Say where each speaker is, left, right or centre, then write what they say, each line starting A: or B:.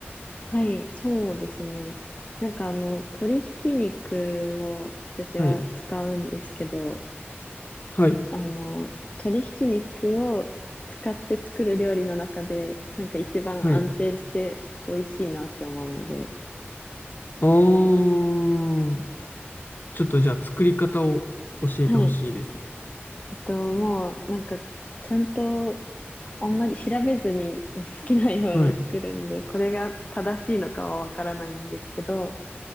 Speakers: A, on the left; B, on the left.
A: はい、そうですね。なんかあの、鶏ひき肉を私は使うんですけど、
B: はい、はい、
A: あの、鶏ひき肉を使って作る料理の中で、なんか一番安定して美味しいなって思うので、
B: はい。あー、
A: 好きです。
B: ちょっとじゃあ作り方を教えてほしいですね。
A: はい。えっと、もうなんか、ちゃんとあんまり調べずに好きなように作るんで、
B: はい、
A: これが正しいのかはわからないんですけど、